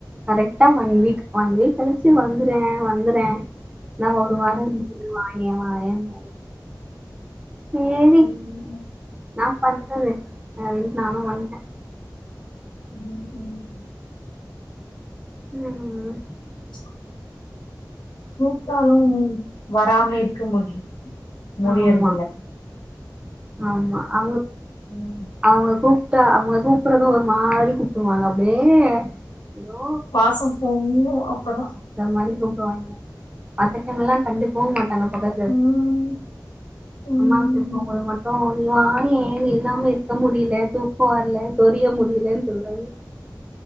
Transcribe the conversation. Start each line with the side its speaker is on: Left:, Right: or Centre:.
Right: கரெக்டா ஒன் வீக் ஒன் வீக் கழிச்சு வந்துறே வந்துறே நா ஒரு
Left: ம்
Right: வாரோ இருந்துட்டு வாயே வாயேன்னாரு சேரி ன்னா
Left: ம்
Right: பண்றது அப்டின்ட்டு நானு வந்ட்டே
Left: ம் ம்
Right: ம் ஆ
Left: <unintelligible> கூப்ட்டாலு வராம இருக்க முடி முடியரதுல்ல
Right: ஆமா ஆமா அவுங்க
Left: ம்
Right: அவுங்க கூப்ட்டா அவுங்க கூப்பறது ஒரு மாரி கூப்டுவாங்க அப்டியே எதோ
Left: பாசம் பொங்கூ அப்பதா
Right: இந்த மாதிரி கூப்டுவாங்ங மத்த டைம் எல்லா கண்டுக்வு மாட்டாங்க பக்கத்து
Left: ம் ம்
Right: அம்மாவ கூப்டம்போது மட்டு நீ வாயே நீ இல்லாம இருக்க முடியில தூக்கோ வர்ல சொரிய முடியலன் சொல்வாங்ங